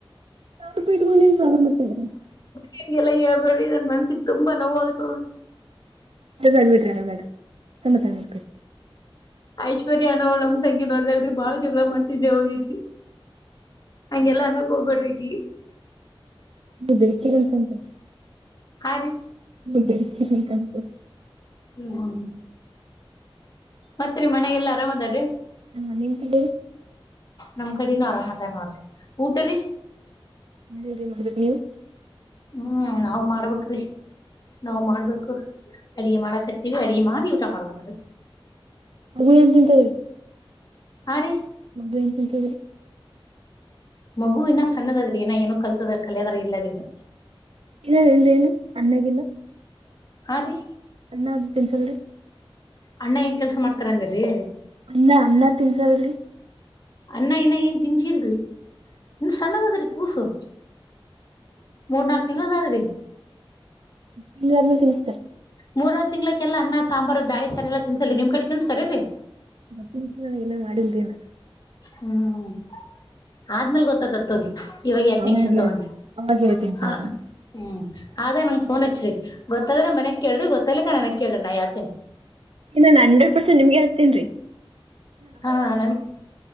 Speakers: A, on the right; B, on the left.
A: ಸಾವರ್ ಪೀಟ್ ಮಾಡನ್ ಸಾವರ್ ಮಟ್ಟರಿ.
B: ಹೆಂಗೆಲ್ಲ ಹಳ್ಬೇಡ್ರ ನನ್ ಮನ್ಸಿಿಗೆ ತುಂಬಾ ನೋವ ಆಗ್ತದೆ.
A: ಮಟ್ರೆ ತಮ್ಮಸ <unintelligible>
B: ಐಶ್ವರ್ಯಾನ ಅವಳಮ್ಮ್ ತಂಗಿಿನ ಅದಲ್ರಿ ಬಾಳ ಜಗಳ ಮಾಡ್ತಿದ್ದ ಅವ್ರ ಜೊತೆ. ಹಂಗೆಲ್ಲ ಅನ್ನಕ್ ಹೋಗ್ಬಿಡ್್ರಿಕಿ.
A: ಹ ಬೆರ್ಕಿಿದಂತಂತೆ.
B: ಹಾ ರೀ.
A: ನೀ ಬೆಡ್ಕಿರ್ಬೇಕಟು.
B: ಹ್ಮ್ ಹ್ಮ್. ಮತ್ರಿ ಮನೆಗೆಲ್ಲಾ ಅರಾಮ ಅದಾರ್ರೀ.
A: ಹಾ ನಿನ್ ಕಡ.
B: ನಮ್ ಕಡನು ಆರಾಮ್ ಅದಾರಿ ಊಟ ರೀ.
A: ನನ್ ಎಲ್ರಿೀ ಮಾಡಬೇಕ ನೀವು.
B: ಹ್ಮ್ ನಾವು ಮಾಡ್ಬೇಕ್ ರೀ. ನಾವವು ಮಾಡ್ಬೇಕು ಅಡಿಗೆ ಮಾಡ ಕತಿೀವಿ ಅಡಗೆ ಮಾಡಿ ಊಟ ಮಾಡ್ಬೇಕ್ರ.
A: ಹವು ಎನ್ ತಿಂತದೆ.
B: ಹಾ ರೀ.
A: ಮಗ ಎಂತಂತದ್ರ.
B: ಮಗು ಇನ್ನ ಸಣ್ಣದದ್ರಿ ಏನ ಏನೋ ಕಲ್ತದ ಕಲಿಯದಾರ ಇಲ್ಲ ಬಿೇ ಅಗ.
A: ಇಲ್ಲ ನಿ್ದೇನು ಅನ್ನಗಿಲ್ಲ.
B: ಹಾ ರೀ.
A: ಅನ್ನ ಅದು ತಿನ್ಸಲ್ರಿ.
B: ಅಣ್ಣ ಏನ್ ಕೆಲ್ಸ ಮಾಡ್ತಾರಂದ್ರರಿ.
A: ಅನ್ನ ಅನ್ನ ತಿನ್ಸಾಅಲ್ಲರೀ.
B: ಅ್ಣ ಇನ ಏನ್ ತಿನ್ಚಿಲ್ರಿ ಇನ್ ಸಣ್ಣದದ್ರಿ ಕೂಸು ಮೂರ್ನಾಾಕ್ ತಿಂಗಂಳದ ಆದ್ರಿ.
A: ತಿಾದ್ಮ ತಿಮಿಸ್ತಾರೆ
B: ಮೂರದ್ ತಿಂಗಳಕ್ಕೆಲ್ಲ ಅನ್ನ ಸಾಂಬಾರು ಬಾಿ ಸಾರಿ ಎಲ್ಲಾ ತಿನ್ಸಲ್ರಿ ನಿಮ್ ಕಡೆ ತಿನ್ಸ್ತಾರರರಿ
A: ಮತ್ತ ನನಗ ನ ಮಾಡಿಲ್ರಿೇನ
B: ಹ್ಮ್ ಆದ್ಮೇಲ್ ಗೊತ್ತತತ್ತೋರಿ ಇವಾಗ ಯಾಕೆ
A: ಅವಾಗ
B: ಟೆನ್ಕ್ಷನ್ ತಗೊಂಡಿ
A: ಹೇಳ್ ಅವಾಗ ಹೇಳ್ತೇನ್
B: ಹ
A: ತಗೋರಿ ನಾ
B: ಹ್ಮ್ ಆದ ನಂಗ್ ಫೋನ್ ಹಚ್ಚ್ರರಿ ಗೊತ್ತಾದ್ರೆ ಮನ್ಯಗ್ ಕೇಳ್ರಿ ಗೊತ್ತಲಿಕ್ಕ ನನಗ್ ಕೇಳಿ ನಾ ಯಾವ್ದ
A: ಇನ್ನನ್ ಹಂಡ್ರೆಡ್ ಪರ್ಸೆಂಟ್ ನಿಮ್ಗೆ ಹಕ್ತೇನ್ೀ
B: ಹಾ ನನ್